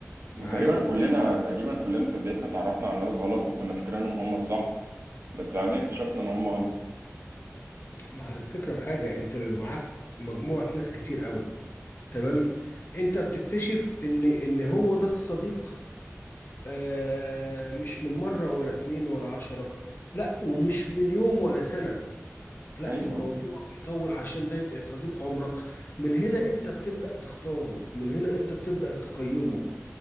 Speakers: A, on the right; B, on the left.
A: وتقريبا
B: معايا ولا
A: كلنا
B: مش معايا
A: تقريبا كلنا في بدايتنا اتعرفنا على ناس غلط وكنا فاكرينهم هم الصح بس بعدين اكتشفنا ان هم غلط
B: ما هو الفكرة في حاجة انت بيبقى معاك مجموعة ناس كتير قوي تمام انت بتكتشف ان ان هو ده الصديق آه مش من مرة ولا اتنين ولا عشرة لا ومش من يوم ولا سنة لا
A: ايوه
B: الموضوع بيطول عشان ده يبقى صديق عمرك من هنا انت بتبدأ تختاره من هنا انت بتبدأ تقيمه